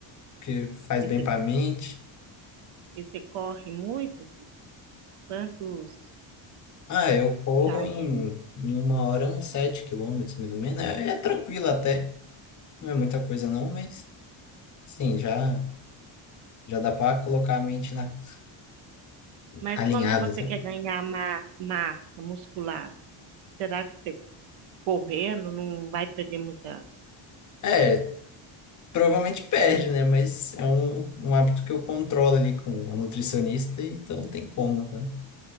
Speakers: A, on the left; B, on the right.
A: porque faz
B: E
A: bem
B: você
A: para a mente.
B: e você corre muito? Quantos
A: Ah, eu corro
B: km?
A: em, em uma hora uns 7 quilômetros, mais ou menos. É, é tranquilo até, não é muita coisa não, mas sim, já, já dá para colocar a mente na
B: Mas
A: alinhadas,
B: como que você
A: né?
B: quer ganhar ma- massa muscular? Será que você correndo não vai perder muita?
A: É, provavelmente perde, né? Mas é um, um hábito que eu controlo ali com a nutricionista, então não tem como, né?